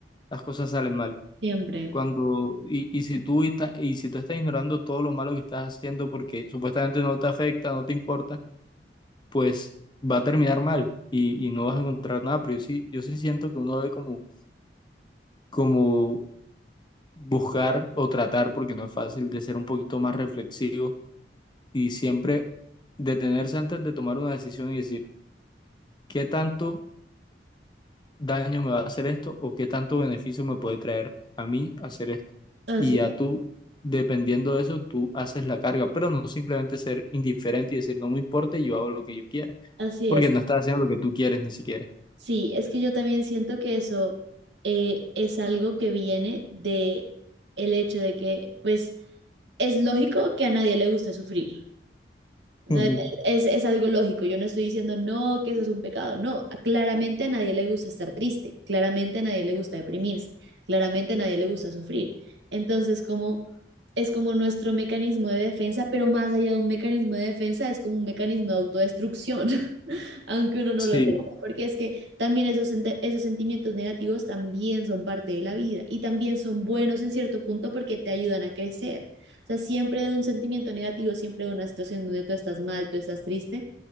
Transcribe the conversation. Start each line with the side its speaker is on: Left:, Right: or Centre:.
Left: las cosas salen mal.
Right: siempre.
Left: Cuando, y, y si tú estás, y si tú estás ignorando todo lo malo que estás haciendo porque supuestamente no te afecta, no te importa, pues va a terminar mal y, y no vas a encontrar nada. Pero yo sí, yo sí siento que uno debe como, como buscar o tratar, porque no es fácil, de ser un poquito más reflexivo y siempre detenerse antes de tomar una decisión y decir, ¿qué tanto? daño me va a hacer esto o qué tanto beneficio me puede traer a mí hacer esto.
Right: Así,
Left: Y ya tú, dependiendo de eso, tú haces la carga, pero no simplemente ser indiferente y decir, no me importa y yo hago lo que yo quiera,
Right: así
Left: porque
Right: es.
Left: no estás haciendo lo que tú quieres ni siquiera.
Right: Sí, es que yo también siento que eso eh, es algo que viene de el hecho de que, pues, es lógico que a nadie le guste sufrir. O
Left: Ujú.
Right: sea, es, es algo lógico. Yo no estoy diciendo no, que eso es un pecado. No, a- claramente a nadie le gusta estar triste, claramente a nadie le gusta deprimirse, claramente a nadie le gusta sufrir. Entonces, como es como nuestro mecanismo de defensa, pero más allá de un mecanismo de defensa, es como un mecanismo de autodestrucción. <laughs> <laughs> aunque uno no
Left: Sí,
Right: lo sepa, porque es que también esos, sent- esos sentimientos negativos también son parte de la vida y también son buenos en cierto punto porque te ayudan a crecer. O sea, siempre de un sentimiento negativo, siempre de una situación donde tú estás mal, tú estás triste,